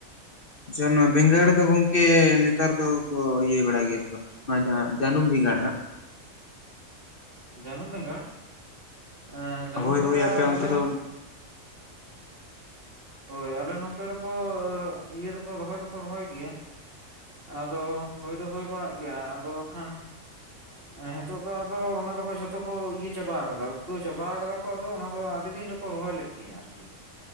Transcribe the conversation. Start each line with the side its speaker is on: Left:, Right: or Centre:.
Left: ᱪᱟ ᱱᱚᱣᱟ ᱵᱮᱸᱜᱟᱰᱲ ᱫᱚ ᱜᱚᱝᱠᱮ ᱱᱮᱛᱟᱨ ᱫᱚ ᱠᱚ ᱤᱭᱟᱹ ᱵᱲᱟ ᱜᱮᱭᱟ ᱥᱮ ᱵᱟᱝ? ᱱᱚᱣᱟ ᱡᱟᱦᱟᱸ ᱡᱟᱹᱱᱩᱢ ᱵᱮᱸᱜᱟᱲ ᱦᱟᱸᱜ᱾
Right: ᱡᱟᱹᱱᱩᱢ ᱵᱮᱸᱜᱟᱲ ᱮᱸ ᱡᱟᱹᱱᱩᱢ
Left: ᱦᱳᱭ
Right: ᱵᱮᱸᱜᱟᱲ
Left: ᱦᱳᱭ ᱟᱯᱮ ᱚᱱᱛᱮ
Right: ᱟᱫᱚ᱾
Left: ᱫᱚ
Right: ᱦᱳᱭ ᱟᱞᱮ ᱱᱚᱱᱚᱛᱮ ᱫᱚᱠᱚ ᱤᱭᱟᱹ ᱫᱚᱠᱚ ᱨᱚᱦᱚᱭ ᱫᱚᱠᱚ ᱨᱚᱦᱚᱭ ᱜᱮᱭᱟ᱾ ᱟᱫᱚ ᱦᱳᱭ ᱫᱚ ᱦᱳᱭ ᱵᱟᱲᱟᱜ ᱜᱮᱭᱟ ᱟᱫᱚ ᱠᱷᱟᱱ᱾ ᱦᱮᱸᱛᱚᱜ ᱫᱚ ᱟᱫᱚ ᱚᱱᱟ ᱫᱚ ᱡᱷᱚᱛᱚ ᱠᱚ ᱤᱭᱟᱹ ᱪᱟᱵᱟ ᱟᱠᱟᱫᱟ ᱩᱴᱠᱟᱹᱣ ᱪᱟᱵᱟᱣ ᱠᱟᱫᱟ ᱠᱚ ᱟᱫᱚ ᱚᱱᱟ ᱫᱚ ᱟᱹᱰᱤ ᱫᱤᱱ ᱨᱮ ᱠᱚ ᱨᱚᱦᱚᱭ ᱞᱮᱫ ᱜᱮᱭᱟ ᱟᱨᱠᱤ